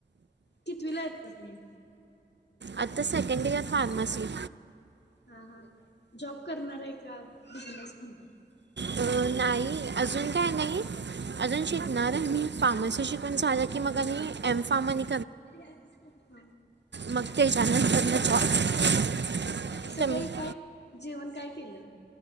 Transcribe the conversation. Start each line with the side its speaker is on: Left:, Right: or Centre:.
Left: कितवीला तुम्ही?
Right: आता सेकंड इयर फार्मासी.
Left: हम हम जॉब करणारा ए का? बिजनेस कोणत
Right: अ नाही अजून काय नाही. अजून शिकणार आहे मी फार्मसी शिकून झालं की मग आणि एम फार्मानी
Left: <unintelligible>
Right: मग ते <unintelligible>
Left: हा सकाळी काय जेवण काय केल?